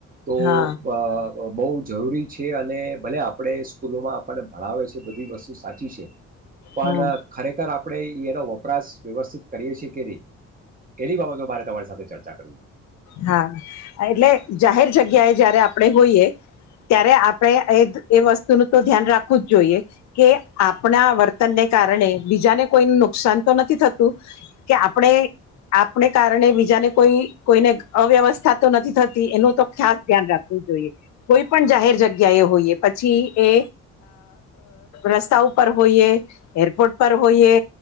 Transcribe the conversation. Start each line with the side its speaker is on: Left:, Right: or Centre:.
Right: તોહ
Left: હા
Right: બહુ જરૂરી છે અને ભલે આપણે સ્કૂલોમાં આપણને ભણાવે છે. જે બધી વસ્તુ સાચી છે. પણ
Left: હમ
Right: ખરેખર આપ આપણે એ એનો વપરાશ વ્યવસ્થિત કરીએ છીએ કે નહીં, એની બાબતે મારે તમારી સાથે ચર્ચા કરવી છે.
Left: હા એટલે જાહેર જગ્યાએ જયારે આપણે હોઈએ, ત્યારે આપણે એ વસ્તુનું તો ધ્યાન રાખવું જ જોઈએ, કે આપણા વર્તનને કારણે બીજાને કોઈ નુકસાન તો નથી થતું, કે આપણે આપને કારણે બીજાને કોઈ- કોઈને અવ્યવસ્થા તો નથી થતી એનું તો ખાસ ધ્યાન રાખવું જોઈએ, કોઈ પણ જાહેર જગ્યા એ હોઈએ પછી એ, રસ્તા ઉપર હોઈએ એરપોર્ટ પર હોઈએ,